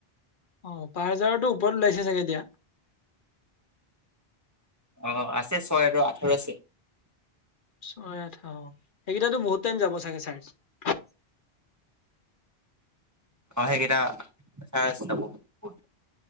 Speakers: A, on the left; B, on the right.
A: অ পাৰ হাজাৰো ওপৰত ওলাইছে।
B: অ আছে ছয় আৰু আঠৰ আছে।
A: ছয় আঠ অ সেইকেইটো বহুত টাইম যাব চাগে চাৰ্জ <unintelligible>
B: অ সেইকেইটা চাৰ্জ যাব বহুত